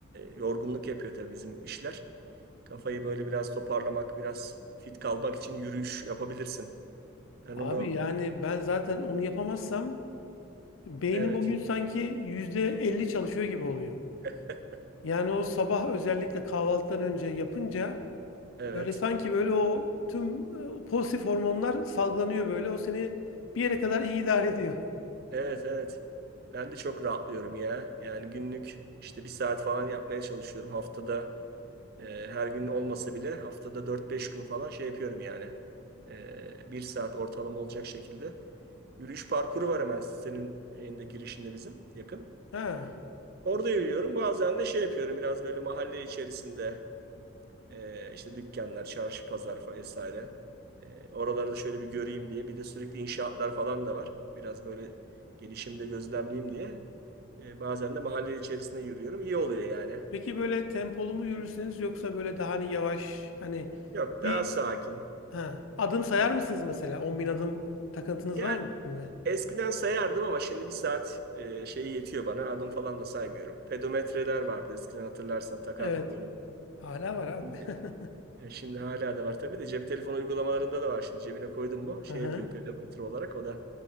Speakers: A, on the right (about 50°); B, on the left (about 75°).
A: yorgunluk yapıyor tabii bizim işler. Kafayı böyle biraz toparlamak, biraz fit kalmak için yürüyüş yapabilirsin. Ben
B: Abi
A: onu
B: yani ben zaten onu yapamazsam beynim
A: evet,
B: bugün sanki %50 çalışıyor gibi oluyor.
A: <laughs>
B: Yani o sabah özellikle kahvaltıdan önce yapınca
A: evet,
B: böyle sanki böyle o tüm e, pozitif hormonlar salgılanıyor böyle. O seni bir yere kadar iyi idare ediyor.
A: evet, evet. Ben de çok rahatlıyorum ya. Yani günlük işte bir saat falan yapmaya çalışıyorum haftada. E, her gün olmasa bile haftada dört beş gün falan şey yapıyorum yani. E, bir saat ortalama olacak şekilde. Yürüyüş parkuru var hemen sitenin şeyinde, girişinde bizim yakın.
B: Ha.
A: Orada yürüyorum. Bazen de şey yapıyorum biraz böyle mahalle içerisinde e, işte dükkanlar, çarşı, pazar fa- vesaire. E, oraları da şöyle bir göreyim diye. Bir de sürekli inşaatlar falan da var. Biraz böyle gelişimde gözlemleyeyim diye. E, bazen de mahalle içerisinde yürüyorum. İyi oluyor yani.
B: Peki böyle tempolu mu yürürsünüz yoksa böyle daha hani yavaş hani
A: Yok
B: bir
A: daha sakin.
B: ha, adım sayar
A: Tem-
B: mısınız mesela? on bin adım takıntınız
A: Yani
B: var mı içinde?
A: Eskiden sayardım ama şimdi bir saat e, şeyi yetiyor bana. Adım falan da saymıyorum. Pedometreler vardı eskiden hatırlarsan takardık
B: Evet.
A: böyle.
B: Hala var abi.
A: Şimdi,
B: <laughs>
A: e, şimdi hala da var tabii de cep telefonu uygulamalarında da var. Şimdi cebine koydum mu şey
B: Hı hı.
A: yapıyor pedometre olarak o da